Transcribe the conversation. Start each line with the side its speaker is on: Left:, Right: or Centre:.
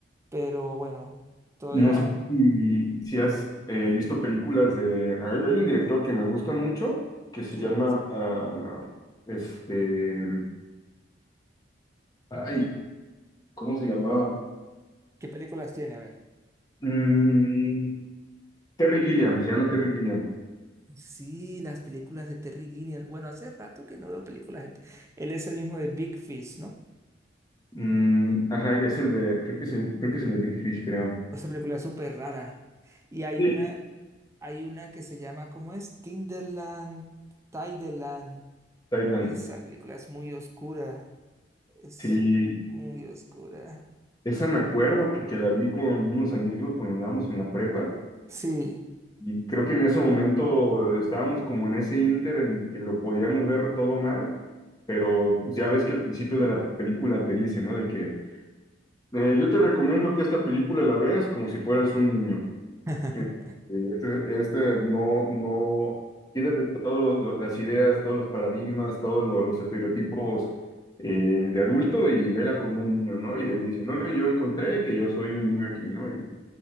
Right: Pero bueno, todavía,
Left: No sé si, si has eh, visto películas de... Hay, hay un director que me gusta mucho, que se
Right: ¿quién
Left: llama...
Right: será?
Left: ah, este... Ay, ¿cómo se llamaba?
Right: ¿Qué películas tiene? A ver.
Left: Mm, Terry Gilliam, se llama Terry Gilliam.
Right: Sí, las películas de Terry Gilliam. Bueno, hace rato que no veo películas de... Te- Él es el mismo de Big Fish, ¿no?
Left: Mm, ajá, y es el de... Creo que es el, creo que es el de Big Fish, creo.
Right: Esa película es súper rara. Y hay
Left: Sí.
Right: una, hay una que se llama, ¿cómo es? Tinderland, Tideland.
Left: Thailand.
Right: Uy, esa película es muy oscura. Es
Left: Sí,
Right: muy oscura.
Left: esa me acuerdo porque la vi con unos amigos cuando andábamos en la prepa.
Right: Sí.
Left: Y creo que en ese momento estábamos como en ese ínter en que lo podíamos ver todo mal, pero ya ves que al principio de la película te dice, ¿no? De que eh, yo te recomiendo que esta película la veas como si fueras un niño.
Right: <laughs>
Left: Eh, Este, este no, no, quítate todas las ideas, todos los paradigmas, todos lo- los estereotipos eh, de adulto y vela como un niño, ¿no? Y él dice, no, yo encontré que yo soy un niño aquí, ¿no? Y,